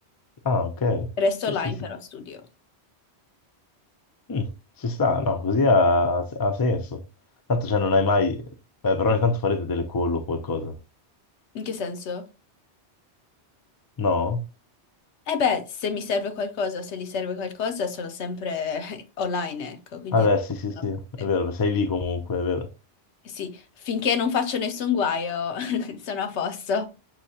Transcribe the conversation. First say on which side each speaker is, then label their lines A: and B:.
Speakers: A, on the left; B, on the left.
A: Ah, ok.
B: resto
A: Sì,
B: online
A: sì, sì.
B: però studio.
A: Mm, ci sta, no, così ha, ha senso. Tanto, cioè, non hai mai... Beh, però ogni tanto farete delle call o qualcosa.
B: In che senso?
A: No?
B: Eh beh, se mi serve qualcosa, se gli serve qualcosa, sono sempre <laughs> online, ecco, quindi
A: Ah, beh, sì, sì, sì,
B: non ho
A: è
B: problemi.
A: vero, sei lì comunque, è vero.
B: Eh Sì, finché non faccio nessun guaio, <laughs> sono a posto.